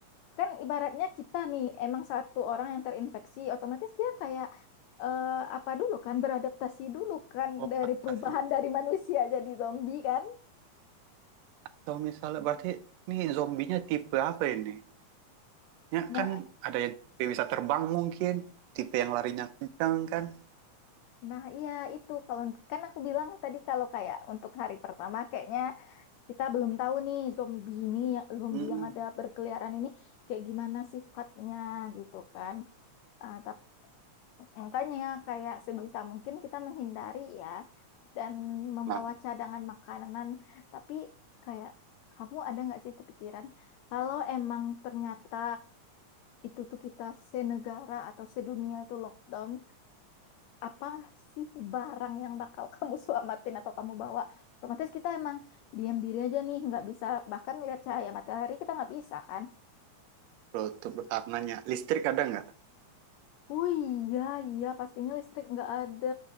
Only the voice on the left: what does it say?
kan ibaratnya kita nih emang satu orang yang terinfeksi otomatis dia kayak eh, apa dulu kan beradaptasi dulu kan
dari
perubahan dari manusia <laughs> jadi zombie kan
nah
nah iya itu kalau kan aku bilang tadi kalau kayak untuk hari pertama kayaknya kita belum tahu nih zombie ini zombie
yang ada berkeliaran ini kayak gimana sifatnya gitu kan Ah, tapi Makanya kayak sebisa mungkin kita menghindari ya dan membawa
cadangan makanan. Tapi kayak kamu ada nggak sih kepikiran kalau emang ternyata itu tuh kita senegara atau sedunia itu lockdown, apa sih barang yang bakal <laughs> kamu selamatin atau kamu bawa? Otomatis kita emang diam diri aja nih, nggak bisa bahkan lihat cahaya matahari kita nggak bisa kan?
Oh iya iya pastinya listrik nggak ada